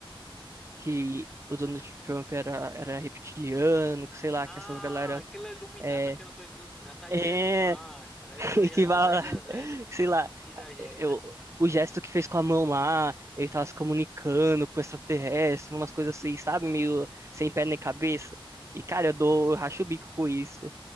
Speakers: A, on the right (about 30°); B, in the centre.
A: que o Donald Trump era, era reptiliano, que sei lá,
B: Ah,
A: que essas galera.
B: aquilo é Illuminati,
A: É.
B: aquela coisa de Illuminati. Aí
A: É.
B: já é demais, cara. Aí
A: <laughs>
B: os caras já,
A: que, vai,
B: aí já zera- já
A: sei lá,
B: exagera,
A: eu,
B: né?
A: o gesto que fez com a mão lá, ele tava se comunicando com o extraterrestre, umas coisas assim, sabe? Meio sem pé nem cabeça. E, cara, eu dou, eu racho o bico com isso.